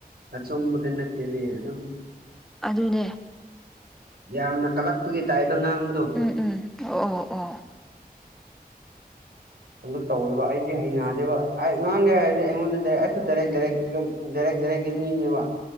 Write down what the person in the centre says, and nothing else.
ꯑꯗꯨꯅꯦ
ꯎꯝ ꯎꯝ ꯑꯣ ꯑꯣ ꯑꯣ